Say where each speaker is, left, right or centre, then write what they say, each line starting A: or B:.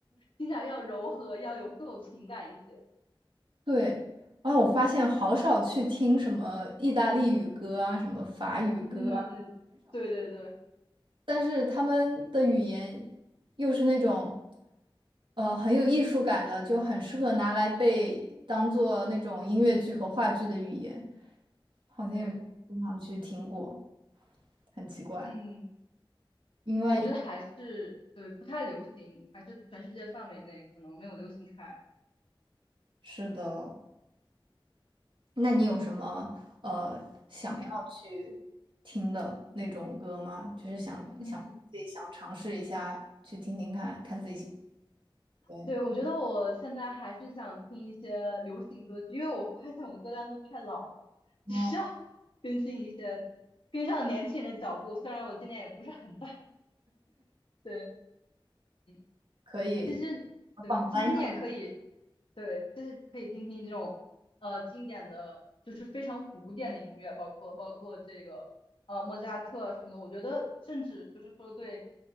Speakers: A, on the left (about 75°); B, on the right (about 65°).
A: 听起来要柔和，要有富有情感一些。
B: 对，啊，我发现好少去听什么意大利语歌啊，什么法语歌啊
A: 嗯，对对对
B: 但是他们的语言又是那种，呃，很有艺术感的，就很适合拿来被当做那种音乐剧和话剧的语言，好像也没有经常去听过，
A: 对，
B: 很奇怪。
A: 嗯，
B: 因为
A: 我觉得还是对不太流行，还是全世界范围内可能没有流行开。
B: 是的，那你有什么呃想要去听的那种歌吗？
A: 嗯
B: 就是想想自己想尝试一下去听听看，
A: 嗯，
B: 看自己喜不喜欢。
A: 对，我觉得我现在还是想听一些流行歌曲，因为我发现我的歌单都太老了，
B: 哦，
A: 只需要 <laughs> 更新一些，跟上年轻人的脚步。虽然我今年也不是很大，对，嗯，
B: 可以。
A: 其实对，
B: 榜单上的
A: 其实你也可以，对，就是可以听听这种呃经典的，就是非常古典的音乐，包括包括这个呃莫扎特什么的。我觉得甚至就是说对，